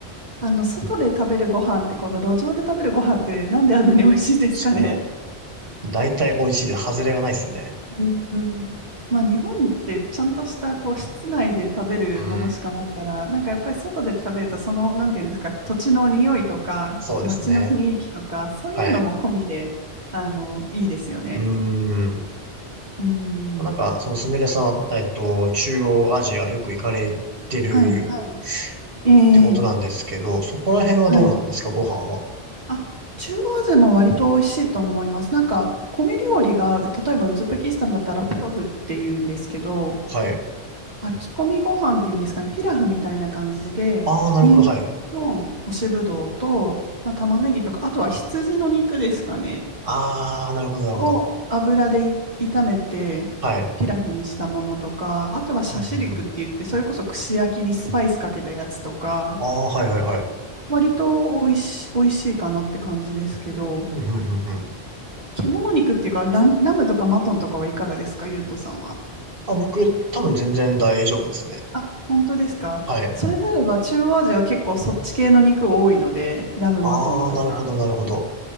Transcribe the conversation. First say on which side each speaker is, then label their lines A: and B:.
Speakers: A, on the right; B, on the right.
A: あの、外で食べるご飯って、この路上で食べるご飯って、なんであんなに美味しいですかね。
B: そう。大体美味しいで、外れがないですよね。
A: うんうんまあ、日本ってちゃんとしたこう室内で食べるものしかないから、
B: うん。
A: なんかやっぱり外で食べると、その、なんていうんですか、土地の匂いとか、
B: そうですね。
A: 街の雰囲気とか、そういうのも込みで、
B: はい。
A: あの、いいですよね。
B: うん。
A: うん。
B: なんか、そのすみれさんは、えっと、中央アジアよく行かれてる
A: はい、はい。
B: ってことなんですけど、
A: ええ
B: そこら辺はどうなんですか、
A: はい。
B: ご飯は。
A: あ、中央アジアも割と美味しいと思います。なんか、米料理が、例えばウズベキスタンだったらプロフっていうんですけど、
B: はい。
A: 炊き込みご飯っていうんですかね、ピラフみたいな感じで、
B: あー、なるほど、
A: 人参と干しぶどうと、
B: はい。
A: まあ、玉ねぎとか、あとは羊の肉ですかね、
B: あー、なるほど、なるほど。
A: を油でい炒めて、
B: はい。
A: ピラフにしたものとか、あとはシャシ肉って言って、
B: うんうんうん
A: それこそ串焼きにスパイスかけたやつとか、
B: あー、はい、はい、はい。
A: 割と美味し、美味しいかなって感じですけど、
B: うんうんうんうん
A: 獣肉っていうか、ラム、ラムとかマトンとかはいかがですか、ゆうとさんは。
B: あ、僕、多分全然大丈夫ですね。
A: あ、本当ですか。
B: はい。
A: それであれば、中央アジアは結構そっち系の肉多いので、ラムマトンとか、
B: ああ、なるほど、なるほど。